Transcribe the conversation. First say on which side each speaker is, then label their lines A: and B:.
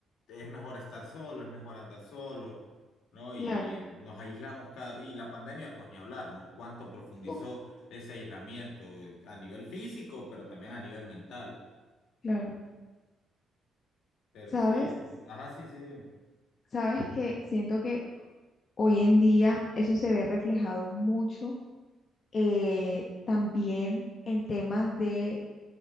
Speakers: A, on the left; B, on the left.
A: es mejor estar solo, es mejor andar solo. ¿no? Y
B: claro,
A: eh, nos aislamos cada... Y la pandemia, pues ni hablar, ¿no? Cuánto profundizó
B: uf,
A: ese aislamiento a nivel físico, pero también a nivel mental.
B: claro.
A: Pero
B: Sabes,
A: sí, eh, ajá, sí, sí, dime.
B: sabes que siento que hoy en día eso se ve reflejado mucho eh, también en temas de,